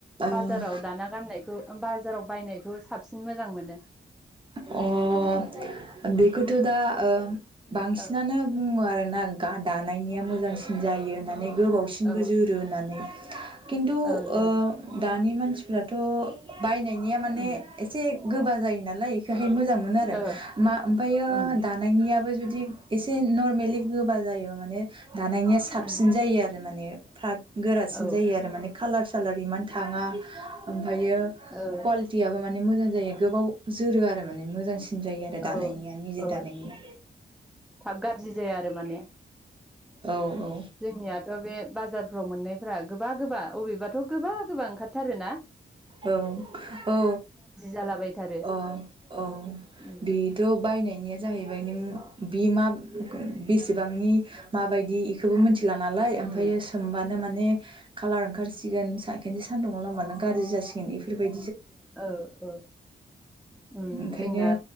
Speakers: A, on the right; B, in the centre.
A: औ
B: बाजाराव दाना गाननायखौ ओ बाजाराव बायनायखौ साबसिन मोजां मोनो?
A: अ बेखौथ' दा ओम बांसिनानो
B: औ
A: बुङो आरो ना गा दानायनिया मोजांसिन जायो होननानै गोबावसिनबो
B: औ
A: जोरो होननानै खिन्थु
B: ओं
A: ओ
B: ओं
A: दानि मानसिफ्राथ' बायनायनिया माने
B: उम
A: एसे गोबा जायोनालाय <unintelligible> ओं मोजां मोनो आरो
B: ओ
A: मा ओमफायो
B: ओं
A: दानायनियाबो जुदि दि एसे नरमेलि गोबा जायोबा माने दानायनिया साबसिन
B: उम
A: जायो आरो माने फाथ गोरासिन
B: औ ओ
A: जायो आरो माने कालार सालार इमान थाङा आ ओमफायो
B: ओ
A: खआलिटिआबो माने मोजां जायो गोबाव जोरो आरो माने मोजांसिन जायो आरो दानायनिया
B: औ
A: निजे
B: ओ
A: दानायनिया
B: थाब गाज्रि जाया आरो माने
A: औ औ
B: जोंनियाथ' बे बाजारफ्राव मोननायफ्रा गोबा गोबा अबेबा थ' गोबा गोबा ओंखार थारोना?
A: औ औ
B: जालाबायथारो
A: अ औ
B: उम
A: बेथ' बायनायनिया जाहैबाय नों बि मा बेसेबांनि माबायदि इखौबो मोनथि ला नालाय ओमफायो
B: उम
A: सोमबानो मा माने खालार ओंखारसिन खोनसे सानदुंआव लामब्लानो गारजि जासि गोनन इफोरबाय
B: ओ ओ उम
A: ओंखायनो
B: जोंना